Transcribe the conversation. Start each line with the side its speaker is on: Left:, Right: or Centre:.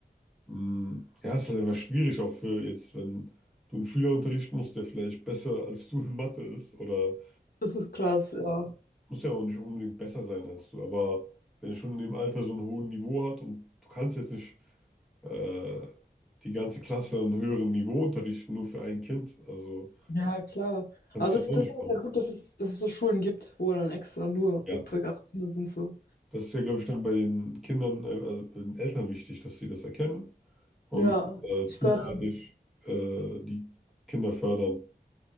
Centre: mh, ja, ist halt einfach schwierig, auch für jetzt, wenn du einen Schüler unterrichten musst, der vielleicht besser als du in Mathe ist oder
Left: Das ist krass, ja.
Centre: muss ja auch nicht unbedingt besser sein als du, aber wenn er schon in dem Alter so ein hohes Niveau hat und du kannst jetzt nicht äh, die ganze Klasse an einem höheren Niveau unterrichten, nur für ein Kind, also
Left: Ja, klar.
Centre: kannst
Left: Aber das,
Centre: du ja auch
Left: das
Centre: nicht
Left: ist
Centre: machen.
Left: halt gut, dass es, dass es so Schulen gibt, wo dann extra nur
Centre: Ja,
Left: hochbegabte Kinder sind, so.
Centre: das ist ja, glaube ich, dann bei den Kindern, äh, also bei den Eltern wichtig, dass sie das erkennen und
Left: Ja,
Centre: äh, frühzeitig
Left: ich fördern.
Centre: äh, die Kinder fördern.